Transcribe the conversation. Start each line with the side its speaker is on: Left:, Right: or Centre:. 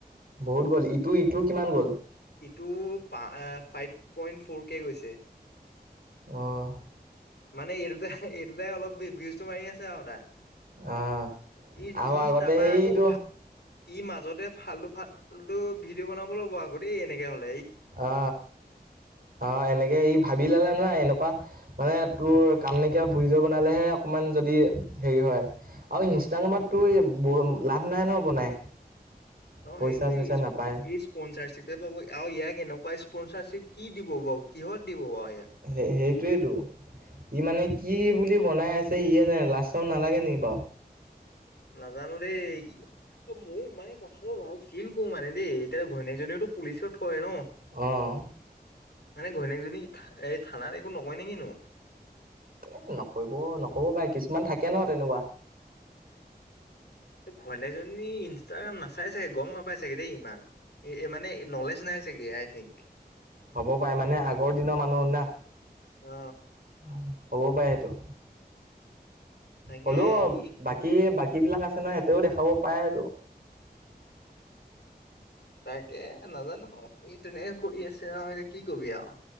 Right: বহুত গ'ল ইটো ইটো কিমান গ'ল
Left: টো ফাইভ পইন্ট ফ'ৰ কে গৈছে
Right: আহ
Left: মানে এই দুটাই এই দুটাই অলপ ভউজটো মাৰি আছে আৰু তাৰ
Right: আহ
Left: ই
Right: আৰু
Left: ই
Right: আগতে
Left: তাৰপা
Right: সেইটো
Left: আকৌ ই মাজতে ফাল্টো ফাল টো ভিডিঅ বনাব ল'ব আকৌ ই এনেকে হ'ল
Right: অ অ এনেকে ই ভাবি লালে নহয় এনেকুৱা মানে তোৰ কাম নকিয়া ভুৰি য বনালেহে অকমান যদি হেৰি হয় আৰু
Left: অ',
Right: ইনষ্টাগ্ৰামতো লাভ নাই ন বনাই
Left: অ
Right: পইচা
Left: সেইটোৱেই
Right: চইচা নাপায়
Left: এই স্পচাৰশিপ পাব আৰু ইয়াক এনেকুৱা স্পনচাৰশ্বিপ কি দিব বাৰু কিহত দিব বাৰু ইয়াক।
Right: সেই সেইটোৱেইতো ই মানে কি বুলি বনাই আছে ইয়ে জানে লাচ চৰম নালাগে নেকি বাও
Left: নাজানো দেই ত মোৰ মানে কথাটো ভাবোঁ, ফিল কৰো মানে দেই এতিয়া ঘৈণীয়েকজনীওতো পুলিচত কৰে ন
Right: অহ
Left: মানে ঘৈণীয়েকজনী এই থানাত একো নকয় নেকিনো
Right: এ নকৰিব নকব বাই কিছুমান থাকে ন তেনেকুৱা
Left: ঘৈনীয়েকজনী ইনষ্টাগ্ৰাম নাচাই চাগে গম নাপাই চাগে দেই ইমান এ মানে নলেজ নাই চাগে আই থিংক
Right: হ'ব পাৰে মানে আগৰ দিনৰ মানুহ না
Left: অ
Right: হ'ব পাৰে সেইটো
Left: তাকে
Right: হ'লো
Left: ই
Right: বাকী বাক বাকী বিলাক আছে নহয় সেতেও দেখাব পাৰে টো
Left: তাকে নাজানো ন এই তেনেকে কৰি আছে আও এতিয়া কি কবি আও